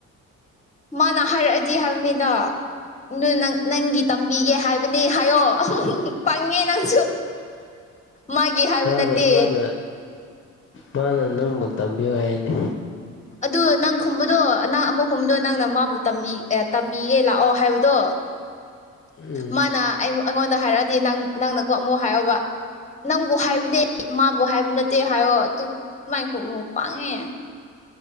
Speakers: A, on the left (about 25°); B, on the left (about 40°).
A: ꯃꯥꯅ ꯍꯥꯏꯔꯛꯑꯗꯤ ꯍꯥꯏꯕꯅꯤꯗ ꯑꯗꯣ ꯅꯪ ꯅꯪꯒꯤ ꯇꯝꯕꯤꯒꯦ ꯍꯥꯏꯕꯅꯦ ꯍꯥꯏꯌꯣ ꯄꯪꯉꯦ ꯅꯪꯁꯨ ꯃꯥꯒꯤ ꯍꯥꯏꯕ
B: ꯃꯥꯅ
A: ꯅꯠꯇꯦ
B: ꯃꯥꯅ ꯃꯥꯅ ꯅꯪꯕꯨ ꯇꯝꯕꯤꯌꯨ ꯍꯥꯏꯅꯦ
A: ꯑꯗꯨ ꯅꯪ ꯈꯨꯝꯕꯗꯣ ꯅꯪ ꯑꯃꯨꯛ ꯈꯨꯝꯕꯗꯣ ꯅꯪꯅ ꯃꯥꯕꯨ ꯇꯝꯕꯤ ꯇꯝꯕꯤꯌꯦ ꯂꯥꯛꯑꯣ ꯍꯥꯏꯕꯗꯣ
B: ꯎꯝ
A: ꯃꯥꯅ ꯑꯩ ꯑꯩꯉꯣꯟꯗ ꯍꯥꯏꯔꯛꯑꯗꯤ ꯅꯪ ꯅꯪꯅꯀꯣ ꯑꯃꯨꯛ ꯍꯥꯏꯌꯣꯕ ꯅꯪꯕꯨ ꯍꯥꯏꯕ ꯍꯥꯏꯕꯅꯦ ꯃꯥꯕꯨ ꯍꯥꯏꯕ ꯅꯠꯇꯦ ꯍꯥꯏꯌꯣ ꯑꯗꯨꯛ ꯑꯗꯨꯃꯥꯏꯅ ꯇꯧꯒꯅꯨ ꯄꯥꯡꯉꯦ